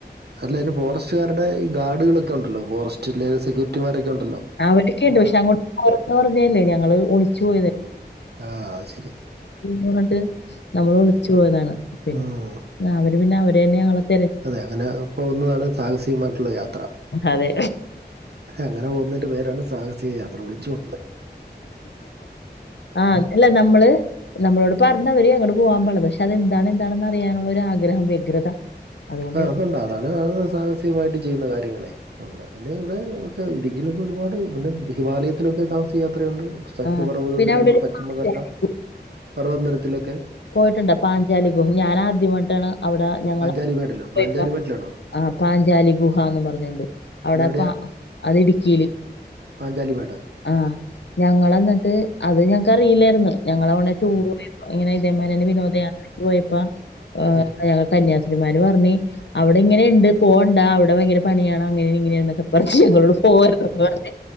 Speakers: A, on the right; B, on the left.
A: അല്ല അയിന് ഫോറസ്റ്റാരുടെ ഈ ഗാർഡുകളൊക്കെ ഉണ്ടല്ലോ ഫോറസ്റ്റ്ലെ സെക്യൂരിറ്റിമാരൊക്കെ ഉണ്ടല്ലോ
B: അവര്ക്കെണ്ട്
A: വ-
B: പക്ഷെ അങ്ങോട്ട് <unintelligible> ഞങ്ങള് ഒളി <unintelligible>
A: ഉം ആ അത് ശരി
B: പറഞ്ഞിട്ട് നമ്മള് ഒളിച്ചു പോയതാണ് പി
A: ഉം
B: അവര് പിന്നെ അവരന്നെ <unintelligible>
A: അതെ അങ്ങനെ പോകുന്നതാണ് സാഹസികമായിട്ടള്ള യാത്ര
B: അതെ.
A: അങ്ങനെ പോകുന്നന്റെ പേരാണ് സാഹസിക യാത്ര ഒളിച്ചു
B: ആഹ് അതല്ല നമ്മള് നമ്മളോട് പറഞ്ഞവര് അങ്ങോട്ട് പോകാൻ പള്ളത് പക്ഷെ അതെന്താണ് എന്താണെന്ന് അറിയാനുള്ള ഒരു ആഗ്രഹം വ്യഗ്രത അതുകൊണ്ട്
A: ആ
B: ഞങ്ങള്
A: അതൊണ്ടാ
B: പോയതാ.
A: അതാണ് സാഹസികമായിട്ട് ചെയ്യുന്ന കാര്യങ്ങള് നമ്മള് പിന്നെ ഇവിടെ ഒക്കെ ഇടുക്കിയിലൊക്കെ ഒരുപാട് പിന്നെ ഹിമാലയത്തിലൊക്കെ സാഹസിക യാത്രയുണ്ട് സഖ്യപർവ്വതത്തിലെ
B: ആ. പിന്നെ അവിടെ
A: നമ്മടെ
B: ഒരു
A: പശ്ചിമഘട്ട
B: പാഞ്ചാലി
A: പർവ്വതനരത്തിലൊക്കെ
B: പോയിട്ടുണ്ട് പാഞ്ചാലി ഗുഹ ഞാനാദ്യമായിട്ടാണ് അവിടെ ഞങ്ങള്
A: കാലി <unintelligible>
B: പോയപ്പോ
A: പഞ്ചാലി <unintelligible> ലാണോ
B: ആ പാഞ്ചാലി ഗുഹാന്ന് പറഞ്ഞോണ്ട് അവിടെ
A: അതെവിടെയാ
B: പ അത് ഇട്ക്കിയില്
A: പഞ്ചാലി മട
B: ആ ഞങ്ങളന്നിട്ട് അത് ഞങ്ങക്ക്റിയില്ലായിര്ന്ന് ഞങ്ങളവണ ടൂർ
A: ഉം
B: പോ <unintelligible> ഇങ്ങനെ ഇതേമാരന്നെ വിനോദയാത്രക്ക് പോയപ്പൊ <unintelligible>
A: ഉം
B: കന്യാസ്രി മാര് പറഞ്ഞ് അവിടെ ഇങ്ങനെയണ്ട് പോവണ്ട അവിടെ ഭയങ്കര പണിയാണ് അങ്ങനെ ഇങ്ങനെയാണ് ന്നൊക്കെ പറഞ്ഞ് <unintelligible> പോവര്തന്ന് പറഞ്ഞ്